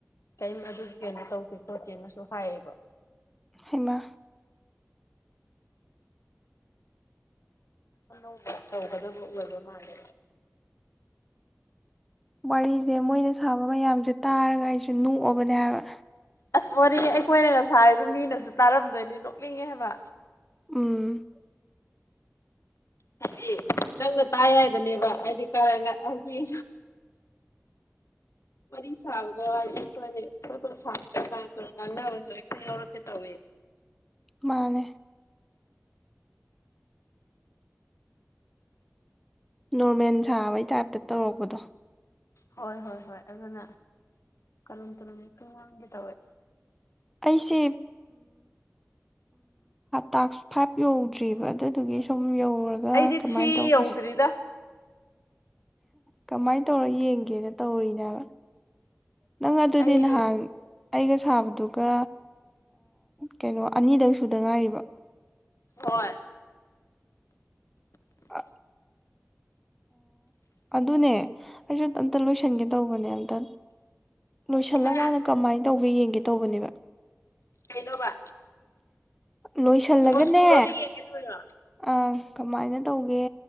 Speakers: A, on the left; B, in the centre.
A: ꯀꯩꯝ ꯑꯗꯨꯒꯤ ꯀꯩꯅꯣ ꯇꯧ ꯇꯣꯇꯤ ꯑꯃꯁꯁꯨ ꯍꯥꯏꯌꯦꯕ
B: ꯍꯩꯃꯥ
A: ꯑꯅꯧꯕ ꯇꯧꯒꯗꯕ ꯑꯣꯏꯕ ꯃꯥꯜꯂꯦꯕ
B: ꯋꯥꯔꯤꯁꯦ ꯃꯣꯏꯅ ꯁꯥꯕ ꯃꯌꯥꯝꯁꯦ ꯇꯥꯔꯒ ꯑꯩꯁꯨ ꯅꯣꯛꯑꯕꯅꯦ ꯍꯥꯏꯕ
A: ꯑꯁ ꯋꯥꯔꯤ ꯑꯩꯈꯣꯏꯅ ꯁꯥꯔꯤꯗꯣ ꯃꯤꯅꯁꯨ ꯇꯥꯔꯝꯗꯣꯏꯅꯤ ꯅꯣꯛꯅꯤꯡꯉꯦ ꯍꯥꯏꯕ
B: ꯎꯝ
A: ꯍꯥꯏꯗꯤ ꯅꯪꯅ ꯇꯥꯏ ꯍꯥꯏꯗꯨꯅꯦꯕ ꯍꯥꯏꯗꯤ ꯍꯥꯏꯗꯤ ꯋꯥꯔꯤ ꯁꯥꯕꯗꯣ ꯍꯥꯏꯗꯤ ꯁꯥꯕꯗ ꯀꯥꯔꯟ ꯇꯨꯔꯟ ꯉꯥꯡꯅꯕꯁꯨ ꯍꯦꯛꯇ ꯌꯥꯎꯔꯛꯀꯦ ꯇꯧꯋꯦ
B: ꯃꯥꯅꯦ ꯅꯣꯔꯃꯦꯜ ꯁꯥꯕꯩ ꯇꯥꯏꯞꯇ ꯇꯧꯔꯛꯄꯗꯣ
A: ꯍꯣꯏ ꯍꯣꯏ ꯍꯣꯏ ꯑꯗꯨꯅ ꯀꯥꯔꯟ ꯇꯨꯔꯟ ꯍꯦꯛꯇ ꯉꯥꯡꯒꯦ ꯇꯧꯋꯦ
B: ꯑꯩꯁꯦ ꯇꯥꯛꯁ ꯐꯥꯏꯚ ꯌꯧꯗ꯭ꯔꯤꯕ ꯑꯗꯨꯗꯨꯒꯤ ꯁꯨꯝ ꯌꯧ ꯄꯨꯔꯒ
A: ꯑꯩꯗꯤ
B: ꯀꯃꯥꯏꯅ
A: ꯊ꯭ꯔꯤ
B: ꯇꯧꯒꯦ
A: ꯌꯧꯗ꯭ꯔꯤꯗ
B: ꯀꯃꯥꯏꯅ ꯇꯧꯔ ꯌꯦꯡꯒꯦꯅ ꯇꯧꯔꯤꯅꯦꯕ ꯅꯪ ꯑꯗꯨꯗꯤ
A: ꯑꯩ
B: ꯅꯍꯥꯟ ꯑꯩꯒ ꯁꯥꯕꯗꯨꯒ ꯀꯩꯅꯣ ꯑꯅꯤꯗꯪ ꯁꯨꯗ ꯉꯥꯏꯔꯤꯕ
A: ꯍꯣꯏ
B: ꯑ ꯑꯗꯨꯅꯦ ꯑꯩꯁꯨ ꯑꯝꯇ ꯂꯣꯏꯁꯟꯒꯦ ꯇꯧꯕꯅꯦ ꯑꯝꯇ ꯂꯣꯏꯁꯤꯜꯂꯀꯥꯟꯗ
A: ꯍꯥ
B: ꯀꯃꯥꯏꯅ ꯇꯧꯒꯦ ꯌꯦꯡꯒꯦ ꯇꯧꯕꯅꯦꯕ
A: ꯀꯩꯅꯣꯕ
B: ꯂꯣꯏꯁꯤꯜꯂꯒꯅꯦ
A: ꯑꯣ ꯁꯨꯔꯒ ꯌꯦꯡꯒꯦ ꯇꯧꯔꯤꯔꯣ
B: ꯑꯪ ꯀꯃꯥꯏꯅ ꯇꯧꯒꯦ